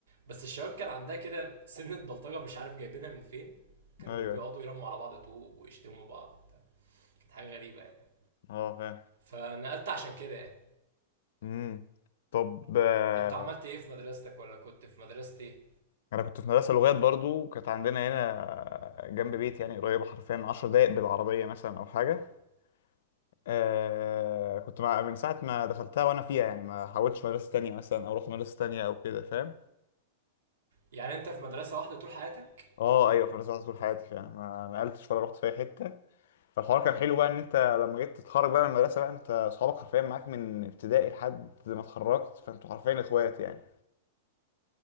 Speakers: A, on the right (about 85°); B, on the left (about 60°).
A: بس الشباب كان عندها كده سنة بلطجة مش عارف جايبينها من فين كانوا
B: ايوه
A: بيقعدوا يرموا على بعض طوب ويشتموا بعض وبتاع كانت حاجة غريبة يعني
B: اه فاهم
A: فنقلت عشان كده يعني
B: امم طب آه،
A: انت عملت ايه في مدرستك ولا كنت في مدرستي ايه؟
B: انا كنت في مدرسة لغات برضو كانت عندنا هنا جنب بيتي يعني قريبة حرفيا 10 دقايق بالعربية مثلا او حاجة آه كنت مع من ساعة ما دخلتها وأنا فيها يعني ما حاولتش مدرسة تانية مثلا أو رحت مدرسة تانية أو كده فاهم
A: يعني انت في مدرسة واحدة طول حياتك
B: اه ايوه في مدرسة واحدة طول حياتي فعلا ما نقلتش ولا رحت في أي حتة فالحوار كان حلو بقى إن أنت لما جيت تتخرج بقى من المدرسة بقى أنت أصحابك حرفيا معاك من ابتدائي لحد ما اتخرجت فأنتوا حرفيا إخوات يعني